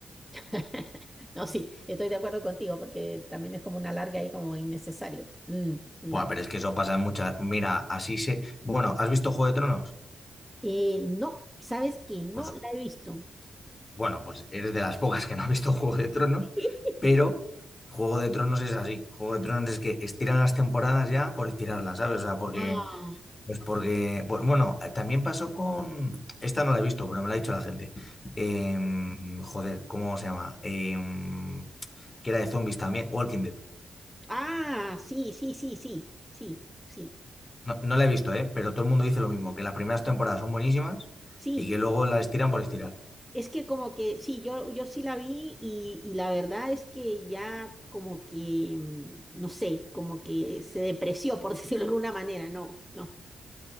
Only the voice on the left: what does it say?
Buah, pero es que eso pasa en muchas. Mira, así se. Bueno, ¿has visto Juego de Tronos?
Pues
bueno, pues eres de las pocas que no ha visto <laughs> Juego de Tronos,
pero Juego de Tronos es así. Juego de Tronos es que estiran las temporadas ya por estirarlas, ¿sabes? O sea, porque
Pues porque, bu- bueno, eh, también pasó con, esta no la he visto, pero me la ha dicho la gente. Em, joder, ¿cómo se llama? Em, que era de zombies también, Walking Dead.
No, no la he visto, ¿eh? Pero todo el mundo dice lo mismo, que las primeras temporadas son buenísimas
y que luego las estiran por estirar.